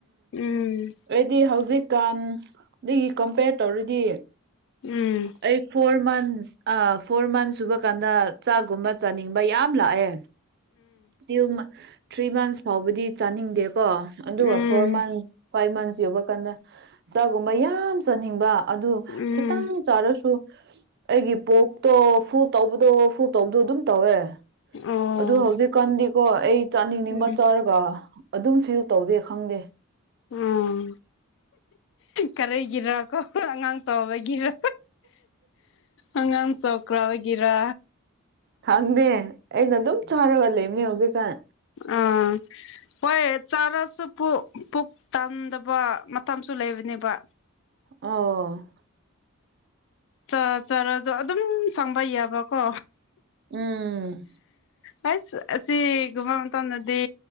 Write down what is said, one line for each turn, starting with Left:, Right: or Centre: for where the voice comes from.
Left: ꯎꯝ
Right: ꯑꯩꯗꯤ ꯍꯧꯖꯤꯛꯀꯥꯟꯗꯒꯤ ꯀꯝꯄꯦꯌꯔ ꯇꯧꯔꯗꯤ
Left: ꯎꯝ
Right: ꯑꯩ ꯐꯣꯔ ꯃꯟꯁ ꯑ ꯐꯣꯔ ꯃꯟꯁ ꯁꯨꯕ ꯀꯥꯟꯗ ꯆꯥꯛꯒꯨꯝꯕ ꯆꯥꯅꯤꯡꯕ ꯌꯥꯝ ꯂꯥꯛꯑꯦ <unintelligible> ꯊ꯭ꯔꯤ ꯃꯟꯁ ꯐꯥꯎꯕꯗꯤ ꯆꯥꯅꯤꯡꯗꯦ ꯀꯣ ꯑꯗꯨꯒ
Left: um
Right: four
Left: um
Right: months five months ꯌꯧꯕ ꯀꯥꯟꯗ ꯆꯥꯛꯒꯨꯝꯕ ꯌꯥꯝ ꯆꯥꯅꯤꯡꯕ ꯑꯗꯨ
Left: ꯎꯝ
Right: ꯈꯤ__ ꯇꯪ ꯆꯥꯔꯁꯨ ꯑꯩꯒꯤ ꯄꯣꯛꯇꯣ ꯐꯨꯜ ꯇꯧꯕꯗꯣ ꯐꯨꯜ ꯇꯧꯕꯗꯣ ꯑꯗꯨꯝ ꯇꯧꯋꯦ
Left: ꯑꯣ
Right: ꯑꯗꯨ ꯍꯧꯖꯤꯛꯀꯥꯟꯗꯤꯀꯣ ꯑꯩ ꯆꯥꯅꯤꯡꯅꯤꯡꯕ
Left: ꯎꯝ
Right: ꯆꯥꯔꯒ ꯑꯗꯨꯝ ꯐꯤꯜ ꯇꯧꯗꯦ ꯈꯪꯗꯦ
Left: ꯎꯝ ꯀꯔꯤꯒꯤꯔꯀꯣ ꯑꯉꯥꯡ ꯆꯥꯎꯕꯒꯤꯔ ꯑꯉꯥꯡ ꯆꯧꯀ꯭ꯔꯥꯕꯒꯤꯔꯥ
Right: ꯈꯪꯗꯦ ꯑꯩꯅ ꯑꯗꯨꯝ ꯆꯥꯔꯒ ꯂꯩꯕꯅꯦ ꯍꯧꯖꯤꯛꯀꯥꯟ
Left: ꯑꯥ ꯍꯣꯏ ꯆꯥꯔꯁꯨ ꯄꯨꯛ ꯄꯨꯛ ꯇꯥꯟꯗꯕ ꯃꯇꯝꯁꯨ ꯂꯩꯕꯅꯦꯕ
Right: ꯑꯣ
Left: ꯆ ꯆꯔꯁꯨ ꯑꯗꯨꯝ ꯁꯪꯕ ꯌꯥꯕꯀꯣ
Right: ꯎꯝ
Left: ꯍꯁ ꯑꯁꯤꯒꯨꯝꯕ ꯃꯇꯝꯗꯗꯤ